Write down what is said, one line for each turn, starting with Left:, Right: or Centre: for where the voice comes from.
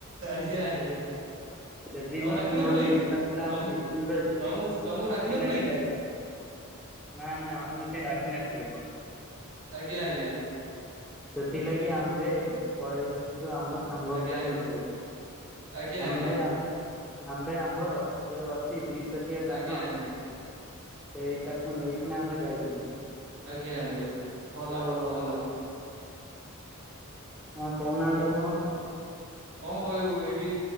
Right: ଆଜ୍ଞା ଆଜ୍ଞା।
Centre: ସେଦିନଠୁ
Right: ତମକୁ ଡାକି ନଥିଲେ
Centre: ମୋର ଇଚ୍ଛା
Right: କି?
Centre: ଥିଲା
Right: ତମ
Centre: ମୁଁ ନିଶ୍ଚିନ୍ତ ଯିବି
Right: ତମକୁ
Centre: ସେଥିଲାଗି
Right: ତମକୁ ଡାକି ନଥିଲେ କି?
Centre: ଯାଇଥିଲି। ନା ନା ଆମକୁ ସେ ଡାକିିନଥିଲେ।
Right: ଆଜ୍ଞା ଆଜ୍ଞା।
Centre: ସେଥିଲାଗି ଆମ୍ଭେ ପଳେଇ ଯାଇଥିଲୁ ଆମର ସାଙ୍ଗ
Right: ଆଜ୍ଞା
Centre: ପିଲାଙ୍କ ସହିତ
Right: ଆଜ୍ଞା ଆଜ୍ଞା
Centre: ଆମ୍ଭେ
Right: ଆଜ୍ଞା।
Centre: ଆମ୍ଭେ ଆମ୍ବର ଯୋଉ ଅଛି ଦି ଚକିଆ ଯାନ
Right: ଆଜ୍ଞା ଆଜ୍ଞା
Centre: ସେଇ ତାକୁ ନେଇକିନା ଆମେ ଯାଇଥିଲୁ।
Right: ଆଜ୍ଞା ଆଜ୍ଞା ଭଲ ଭଲ ଭଲ।
Centre: ହଁ କୋହୁନାହାନ୍ତି ଆପଣ।
Right: କଣ କହିବୁ ଏଇଠି